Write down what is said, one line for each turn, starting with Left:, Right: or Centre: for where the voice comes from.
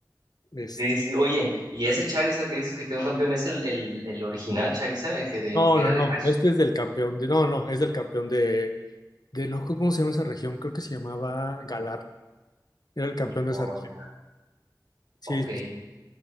Left: Es-
Right: Sí, sí, oye, y ese Charizard que dices que quedó campeón es el, el, el original Charizard, el que, de, el
Left: no,
Right: que
Left: no,
Right: era
Left: no.
Right: de Ash.
Left: Este es del campeón de. No, no, es del campeón de. De no, ¿cómo se llama esa región? Creo que se llamaba Galar. Era el campeón de
Right: Oh,
Left: esa región.
Right: ya.
Left: Sí,
Right: Ok,
Left: sí, sí.